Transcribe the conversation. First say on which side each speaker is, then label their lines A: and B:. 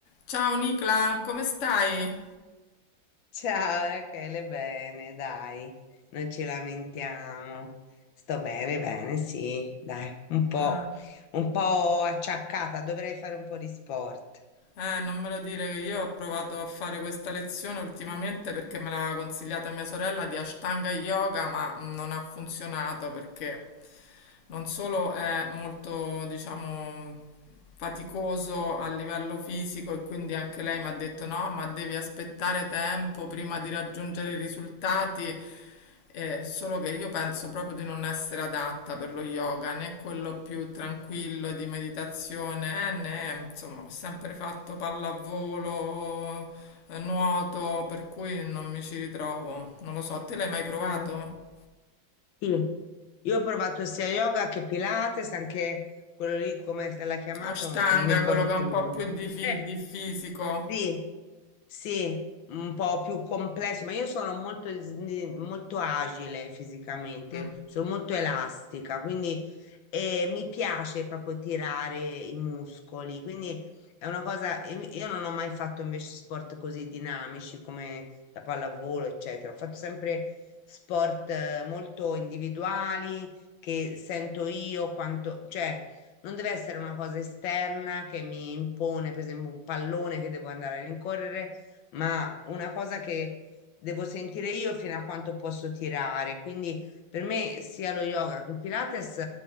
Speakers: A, on the left (about 50°); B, on the left (about 75°).
A: Ciao Nicla, come stai?
B: Ciao Rachele, bene, dai, non ci lamentiamo. Sto bene, bene, sì, dai, un po',
A: Ah,
B: un po' acciaccata, dovrei fare un po' di sport.
A: eh, non me lo dire che io ho provato a fare questa lezione ultimamente perché me l'ha consigliata mia sorella di Ashtanga Yoga, ma non ha funzionato perché non solo è molto, diciamo, faticoso a livello fisico e quindi anche lei mi ha detto no, ma devi aspettare tempo prima di raggiungere i risultati. Eh, solo che io penso proprio di non essere adatta per lo yoga, né quello più tranquillo di meditazione, eh, né insomma, ho sempre fatto pallavolo, eh, nuoto, per cui non mi ci ritrovo. Non lo so, te l'hai mai provato?
B: Mm, sì. Io ho provato sia yoga che Pilates, anche quello lì, come se l'ha chiamato,
A: Ashtanga,
B: che non mi ricordo
A: quello che
B: più
A: ha un
B: il
A: po'
B: nome.
A: più di, fi-
B: Eh,
A: di fisico.
B: sì, Sì, un po' più complesso, ma io sono molto, s- di- molto agile fisicamente,
A: Mm,
B: sono molto elastica, quindi eh, mi piace proprio tirare i muscoli, quindi è una cosa, io io non ho mai fatto invece sport così dinamici come la pallavolo, eccetera, ho fatto sempre sport eh, molto individuali che sento io quanto, cioè non deve essere una cosa esterna che mi impone, per esempio, un pallone che devo andare a rincorrere ma una cosa che devo sentire io fino a quanto posso tirare. Quindi per me sia lo yoga che il Pilates